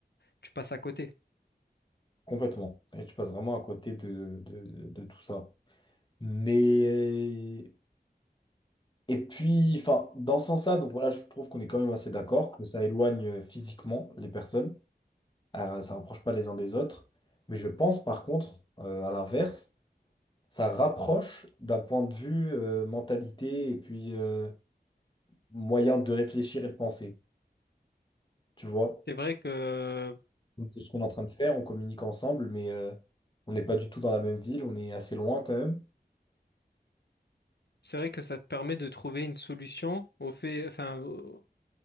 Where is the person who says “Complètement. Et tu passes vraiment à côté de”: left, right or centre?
Left